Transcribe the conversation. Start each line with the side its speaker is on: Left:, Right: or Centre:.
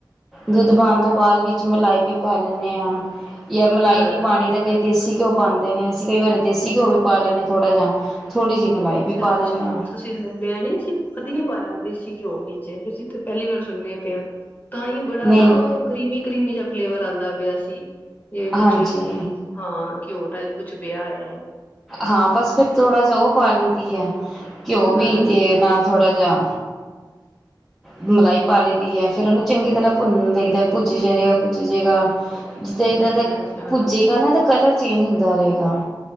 Centre: ਦੁੱਧ
Left: ਅੱਛਾ
Centre: ਪਾਣ ਤੋਂ ਬਾਅਦ ਵਿੱਚ। ਮਲਾਈ ਵੀ ਪਾ ਲੈਂਨੇ ਆ। ਯਾ ਮਲਾਈ
Left: ਹਾਂ
Centre: ਨਹੀਂ ਪਾਣੀ ਤਾਂ ਕਈ ਦੇਸੀ ਘਿਓ ਪਾਉਦੇ ਨੇ, ਅਸੀਂ ਕਈ ਵਾਰੀ ਦੇਸੀ ਘਿਓ ਵੀ ਪਾ ਲੈਂਦੇ ਹਾਂ, ਥੋੜ੍ਹਾ ਜਹਾ। ਥੋੜ੍ਹੀ ਜਿਹੀ ਮਲਾਈ
Left: ਅੱਛਾ
Centre: ਵੀ ਪਾ ਲੈਂਨੇ
Left: ਅੱਛਾ
Centre: ਹਾਂ।
Left: ਤੁਸੀਂ ਮੈਂ ਨੀਂ ਅਸੀਂ ਕਦੀ ਨੀ ਪਾਇਆ ਦੇਸੀ ਘਿਓ ਵਿੱਚ। ਅੱਸੀ ਤੇ ਪਹਿਲੀ ਵਾਰ ਸੁਣਨੇ ਪਏ ਆ ਤਾਂ ਹੀ ਬੜਾ
Centre: ਨਹੀਂ
Left: ਨਾ ਉਹ ਕਰੀਮੀ ਕਰੀਮੀ ਜਾਂ। ਫਲੇਵਰ ਆਂਦਾ ਪਿਆ ਸੀ। ਤੇ ਕੁਛ
Centre: ਹਾਂਜੀ
Left: ਹਾਂ ਘਿਓ ਟਾਈਪ ਕੁ ਚ ਪਿਆ ਏ।
Centre: ਹਾਂ ਬਸ ਫੇਰ ਥੋੜਾ ਜਾ ਓ ਪਾ ਲਈ ਦੀ ਹੈ। ਘਿਓ ਵੀ
Left: ਹਾਂ
Centre: ਤੇ ਨਾਲ ਥੋੜਾ ਜਾ। ਮਲਾਈ ਪਾ ਲਈ ਦੀ ਹ ਫਿਰ ਉਹਨੂੰ ਚੰਗੀ ਤਰਾਂ ਭੁੰਨ ਲਈਦਾ। ਭੁੱਜੀ ਜਾਏਗਾ, ਭੁੱਜੀ ਜਾਏਗਾ। ਜਿੰਦਾ
Left: ਅੱਛਾ
Centre: ਜਿੰਦਾ
Left: ਅੱਛਾ
Centre: ਭੁੱਜੇਗਾ ਨਾ ਇਦਾ ਕਲਰ ਚੇਂਜ ਹੁੰਦਾ ਰਹੇਗਾ।